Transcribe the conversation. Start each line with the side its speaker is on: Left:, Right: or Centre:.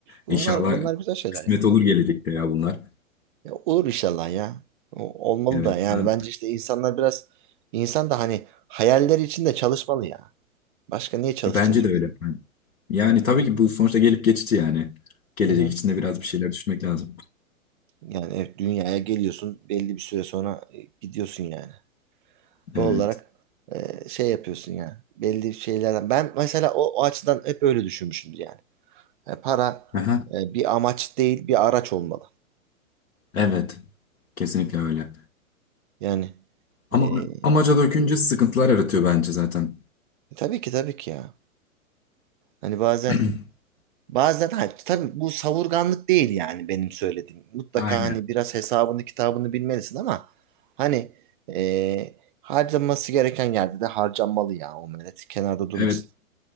Right: bunlar
Left: inşallah
Right: bunlar güzel şeyler
Left: kısmet
Right: ya.
Left: olur gelecekte ya bunlar.
Right: Ya olur inşallah ya. O- Olmalı
Left: Evet,
Right: da yani
Left: ben,
Right: bence işte insanlar biraz insan da hani hayalleri için de çalışmalı ya. Başka niye çalışacağız
Left: bence
Right: yoksa?
Left: de öyle. Ben- Yani tabii ki bu sonuçta gelip geçici yani. Gelecek
Right: Hı hı.
Left: içinde biraz bir şeyler düşünmek lazım.
Right: Yani evet, dünyaya geliyorsun belli bir süre sonra e, gidiyorsun yani.
Left: Evet.
Right: Doğal olarak e, şey yapıyorsun yani. Belli şeylerden ben mesela o, o açıdan hep öyle düşünmüşümdür yani. Yani para
Left: Aha.
Right: e, bir amaç değil bir araç olmalı.
Left: Evet. Kesinlikle öyle.
Right: Yani
Left: Ama
Right: e,
Left: amaca dökünce sıkıntılar yaratıyor bence zaten.
Right: tabii ki tabii ki ya. Hani bazen
Left: <clears throat>
Right: bazen hayır, tabii bu savurganlık değil yani benim söylediğim. Mutlaka
Left: Aynen.
Right: hani biraz hesabını kitabını bilmelisin ama hani e, harcanması gereken yerde de harcanmalı ya o millet kenarda durmasın.
Left: Evet.